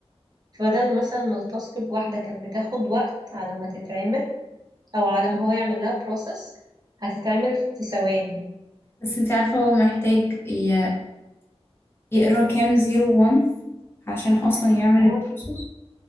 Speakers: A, on the right; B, on the left.
A: فبدل مثلا ما التاسك الواحدة كانت بتاخد وقت على ما تتعمل أو على ما هو يعمل لها بروسس هتتعمل في ثواني
B: بس انتي عارفة هو محتاج ي- يقرا كام زيرو وان عشان اصلا يعمل
A: ما
B: البروسس
A: هو